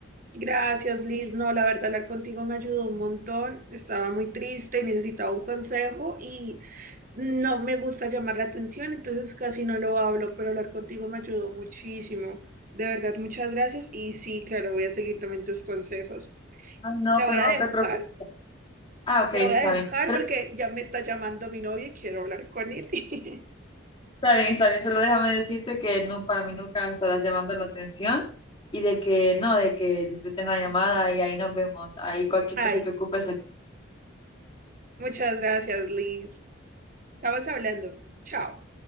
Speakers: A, on the right; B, on the left.
A: Gracias, Liz. No, la verdad, hablar contigo me ayudó un montón. Estaba muy triste y necesitaba un consejo y no me gusta llamar la atención, entonces casi no lo hablo, pero hablar contigo me ayudó muchísimo. De verdad, muchas gracias. Y sí, claro, voy a seguir también tus consejos.
B: Ay, no,
A: Te voy
B: pero
A: a
B: no
A: dejar,
B: te preocupes. Ah, ok,
A: te
B: está
A: voy a dejar
B: bien. Pero
A: porque ya me está llamando mi novio y quiero hablar con él. <laughs>
B: está bien, está bien. Solo déjame decirte que no, para mí nunca estarás llamando la atención y de que no, de que disfruten la llamada y ahí nos vemos. Ahí cualquier
A: Ay,
B: cosa que ocupes,
A: muchas gracias, Liz. Estamos hablando. Chao.